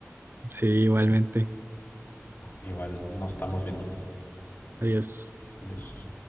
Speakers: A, on the right (about 45°); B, on the left (about 50°).
A: sí, igualmente,
B: Igual no estamos viendo.
A: adiós.
B: Adiós.